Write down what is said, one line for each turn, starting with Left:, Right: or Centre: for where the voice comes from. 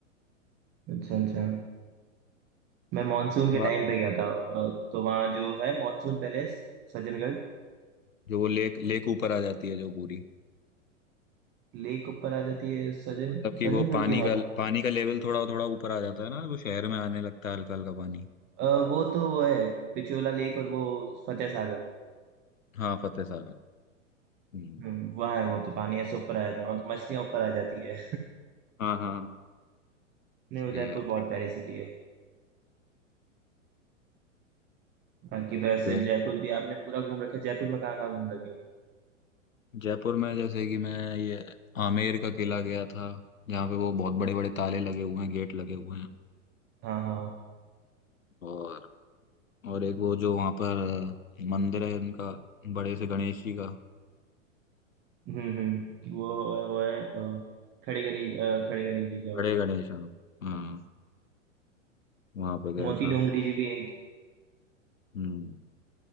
Right: अच्छा अच्छा मैं मानसून के
Left: बा-
Right: टाइम पे गया था अ, तो वहाँ जो है मानसून पैलेस सज्जनगढ़
Left: जो वो लेक लेक ऊपर आ जाती है जो पूरी
Right: लेक ऊपर आ जाती है सज्जन
Left: मतलब कि
Right: सज्जनगढ़
Left: वो पानी
Right: के वहाँ
Left: का
Right: तो-
Left: पानी का लेवल थोड़ा थोड़ा ऊपर आ जाता है ना तो शहर में आने लगता है हल्का हल्का पानी
Right: अ, वो तो वो है पिछोला लेक और वो फतेह सागर
Left: हाँ फतेह सागर हम्म
Right: हम्म, वहाँ है वो तो पानी ऐसे ऊपर आ जाता है वहाँ तो मछलियाँ ऊपर आ जाती है
Left: हाँ हाँ
Right: नहीं
Left: सही
Right: उदयपुर
Left: बात
Right: बहुत
Left: है हाँ।
Right: प्यारी सिटी है बाकी तो ऐसे
Left: फिर
Right: जयपुर भी आपने पूरा घूम रखा है जयपुर में कहाँ कहाँ घूम रखे हो
Left: जयपुर में जैसे कि मैं ये आमेर का किला गया था जहाँ पे वो बहुत बड़े बड़े ताले लगे हुए हैं गेट लगे हुए हैं
Right: हाँ हाँ
Left: और और एक वो जो वहाँ पर अ, मंदिर है उनका बड़े से गणेश जी का
Right: हम्म हम्म वो वो है अ, खड़े गणेश अ, खड़े गणेश जी क्या
Left: बड़े
Right: वो
Left: गणेश हाँ हाँ वहाँ पे गया
Right: मोती
Left: था
Right: डोंगरी जी भी एक
Left: हम्म